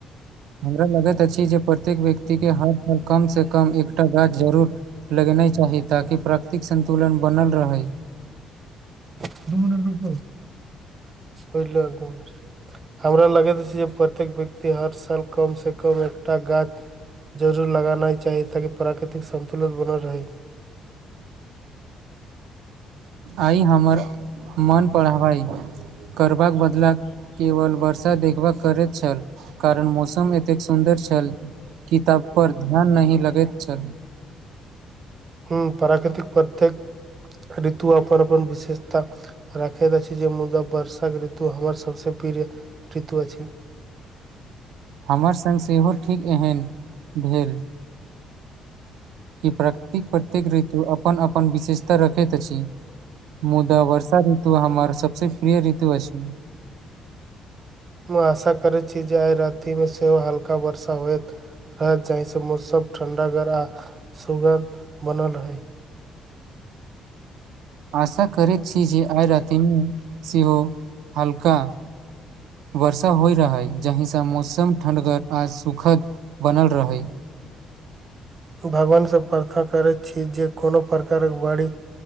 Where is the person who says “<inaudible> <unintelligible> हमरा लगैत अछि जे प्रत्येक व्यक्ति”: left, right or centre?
Right